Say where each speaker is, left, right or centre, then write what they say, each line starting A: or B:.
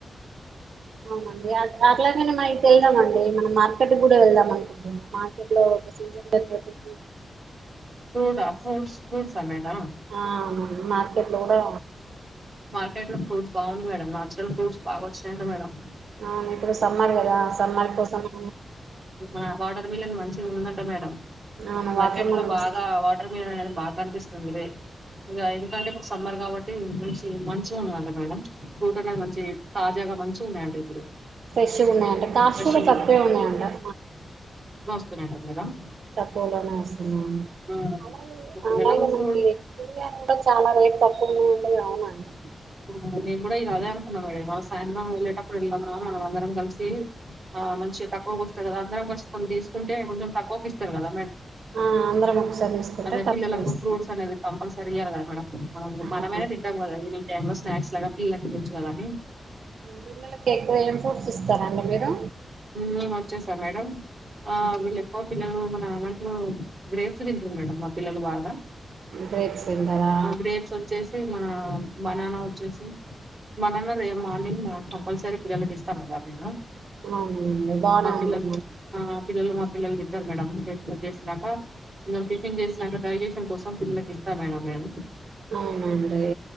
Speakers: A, on the right; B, on the right.
A: అవునండి ఆ చాకలాయన మా ఇంటేన అవునండి, మనం మార్కెట్ గుడా వెళ్దాం అనుకుంటున్న మా లో, ఒక సీజన్ దగ్గరిది
B: తూడా ఫ్రూట్స్ ఫ్రూట్స్ అమెదా
A: ఆ అవునండి మార్కెట్ లో కూడా
B: మార్కెట్ లో ఫ్రూట్స్ బాగుంది మేడంమ్. నాచురల్ ఫ్రూట్స్ బాగొచ్చినయంట మేడం.
A: ఆ ఇప్పుడు సమ్మర్ గదా సమ్మర్ కోసమూ
B: ఆ వాటర్ మిలన్, మంచిగుందంట మేడం.
A: అవును
B: మార్కెట్
A: వాటర్ మిలన్స్
B: లో బాగా వాటర్ మిలన్ అనేద్ బాగా కనిపిస్తుందిలే ఇది, ఎందుకంటే ఒక సమ్మర్ కబ్బటి ఇది మంచిగ ఉందట మేడమ్. ఫ్రూట్ అనేది మంచి కాస్ట్ జగ మంచిగున్నయంట. ఇప్పుడు
A: ఫ్రెష్ గున్నయట. కాస్ట్
B: ఫ్రెష్
A: గుడ తక్కువే ఉన్నయట.
B: Madam madam.
A: తక్కువలోనే వస్తున్నాయండి.
B: ఆ,
A: అలాగే!
B: ఇప్పుడు పిల్లలకు
A: అలాగే మనకి
B: ఫ్రూ
A: కురాగయాలు కూడా చాలా రేట్ తక్కువన్నాంటే అవునండి.
B: మ్మ్ నేను గుడ ఇది అదే అనుకున్న మేడం. ఇవాల సాయంత్రం వెళ్ళేటప్పుడు, వెళ్దామా మనం అందరం కలిసీ, ఆ మంచిగా తక్కువకి వస్తయి గద అందరం కలిసి కొన్ని తీసుకుంటే, కొంచెం తక్కువకు ఇస్తరు గద.
A: ఆ అందరం ఒకసారి తీసుకుంటే
B: అదే
A: తక్కువ
B: పిల్లలకు
A: ఇస్తారు
B: ఫ్రూట్స్ అనేవి కంపల్సరి. తియ్యరు గద మేడం. మనం
A: ఆహా
B: మనమే తిట్టాం కదా అండి టైమ్ లో స్నాక్ లాగా పెట్టె తిన్నచు కథ అని
A: పిల్లకు ఎక్కువగ ఏం ఫ్రూట్స్ ఇస్తరండి మీరు?
B: మేము వచ్చేశా మేడం. ఆ వెళ్ళు ఎక్కువ పిల్లలు మన అవంట్లో గ్రేప్స్ తింటుండ్రు మేడమ్. మా పిల్లలు బాగ.
A: గ్రేప్స్ తింటారా
B: ఆ గ్రేప్స్ వచ్చేసి మా మన బనానా వచ్చేసి, బనానా రేపు మార్నింగ్ కంపల్సరీ పిల్లలకు ఇస్తాం మేడం నేనూ.
A: అవునండి బానే
B: మా పిల్లలు.
A: ఉంటుంది
B: ఆ పిల్లలు మా పిల్లలు తింటారు మేడం. చేసి చేసినాక పిల్లలు టిఫిన్ చేసినాక డైజేషన్ కోసం పిల్లకు ఇస్తా మేడం. నేను
A: అవునండి